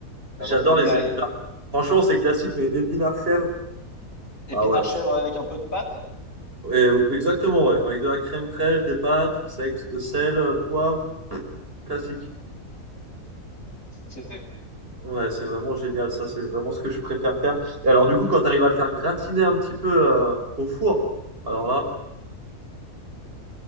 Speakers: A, on the left; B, on the right.
A: avant
B: J'adore
A: qu'on
B: les
A: y aille?
B: épinards. Franchement, c'est classique, mais épinards chèvre.
A: Épinard
B: Ah ouais.
A: chèvre
B: c'est-
A: avec un peu de pâte.
B: ouais, exactement, ouais. Avec de la crème fraîche, des pâtes, sexe- sel, euh, poivre, classique.
A: C'est
B: Ouais, c'est vraiment génial, ça, c'est vraiment ce que je préfère faire. Et
A: et
B: alors,
A: beaucoup-
B: du coup, quand tu arrives à le faire gratiner un petit peu euh, au four, alors là,